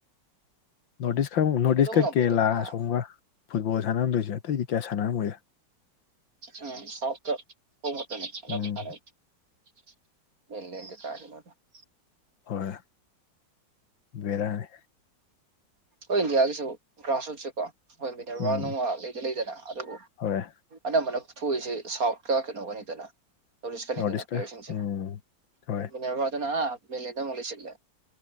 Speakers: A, on the left; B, on the right.
A: ꯅꯣꯔꯠ ꯏꯁ ꯈꯔ ꯅꯣꯔꯠ
B: ꯀꯩꯗꯧ
A: ꯏꯁꯀꯦꯔꯂꯥ
B: ꯉꯝꯃꯣꯏꯗꯕ
A: ꯑꯁꯣꯝꯒ ꯐꯨꯠꯕꯣꯜ ꯁꯥꯟꯅꯝꯣꯏꯁꯦ ꯑꯇꯩꯗꯤ ꯀꯌꯥ ꯁꯥꯟꯅꯔꯝꯃꯣꯏ
B: ꯎꯝꯥꯎꯐꯇ ꯍꯃ ꯇꯅꯤ ꯐꯔ
A: ꯎꯝ
B: <unintelligible> ꯃꯟꯅꯗꯤ ꯀꯔꯅꯗ <unintelligible>
A: ꯍꯣꯏ ꯕꯦꯔꯥꯅꯤ
B: ꯍꯣꯏ ꯏꯟꯗꯤꯌꯥꯒꯤꯁꯨ ꯒ꯭ꯔꯥꯁꯔꯨꯠꯁꯦꯀꯣ ꯍꯣꯏ ꯃꯤꯅꯔꯚꯥ
A: ꯎꯝ
B: ꯅꯨꯡꯋꯥ ꯂꯩꯗꯤ ꯂꯩꯗꯅ ꯑꯗꯨꯕꯨ
A: ꯍꯣꯏ
B: ꯑꯅꯝꯕꯅ ꯊꯣꯛꯏꯁꯦ ꯁꯥꯎꯠꯀ ꯀꯩꯅꯣꯒꯅꯤꯗꯅ ꯇꯧꯔꯤꯁꯀꯅꯤꯗꯅ
A: ꯅꯣꯔꯠ ꯏꯁꯀ
B: ꯄ꯭ꯂꯦꯌꯔꯁꯤꯡꯁꯦ
A: ꯎꯝ ꯍꯣꯏ
B: ꯃꯤꯅꯔꯚꯥꯗꯅ ꯃꯦꯂꯦꯟꯗ ꯑꯃꯨꯛ ꯂꯩꯁꯤꯜꯂꯦ